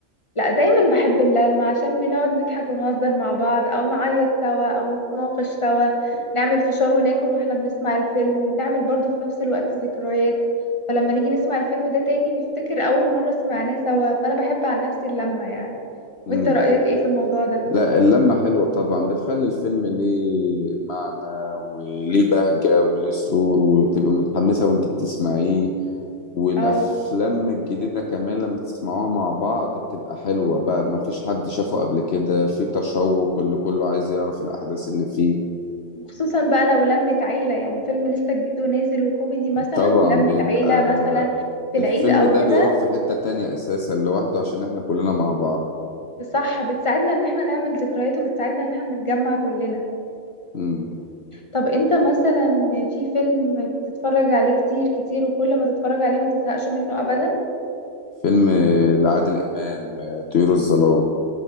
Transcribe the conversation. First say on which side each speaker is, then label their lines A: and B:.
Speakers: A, on the left (about 25°); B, on the left (about 60°).
A: لا دايما بحب اللمة عشان بنقعد نضحك ونهزر مع بعض او نعيط سوا او نتناقش سوا نعمل فشار وناكل واحنا بنسمع الفيلم وبنعمل برضو في نفس الوقت ذكريات فلما نيجي نسمع الفيلم ده تاني نفتكر اول مرة سمعناه سوا فانا بحب عن نفسي اللمة يعني
B: امم
A: وانت رأيك ايه في الموضوع ده
B: لا اللمة حلوة طبعا بتخلي الفيلم ليه معنى وليه بهجة وليه سرور وبتبقى متحمسة وانت بتسمعيه والأفلام
A: اه
B: الجديدة كمان لما تسمعوها مع بعض بتبقى حلوة بقى ما فيش حد شافه قبل كده في تشوق اللي كله عايز يعرف الأحداث اللي فيه
A: وخصوصا بقى لو لمت عيلة يعني فيلم لسه جديد ونازل وكوميدي مثلا
B: طبعا
A: ولمت
B: بيبقى
A: عيلة مثلا في العيد
B: الفيلم
A: او
B: ده
A: كده
B: بيروح في حتة تانية أساسا لوحده عشان احنا كلنا مع بعض
A: بصح بتساعدنا ان احنا نعمل ذكريات وبتساعدنا ان احنا نتجمع كلنا
B: مم.
A: طب انت مثلا في فيلم بتتفرج عليه كتير كتير وكل ما تتفرج عليه ما تزهقش منه ابدا
B: فيلم لعادل إمام آه، طيور الظلام